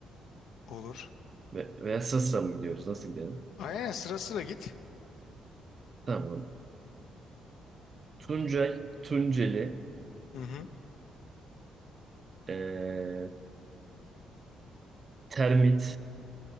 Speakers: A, on the left; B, on the right.
A: Olur.
B: Ve, veya Sısra mı gidiyoruz? Nasıl gidelim?
A: Aynen sıra sıra git.
B: Tamam. Tuncay, Tunceli,
A: Hı hı.
B: eee, termit.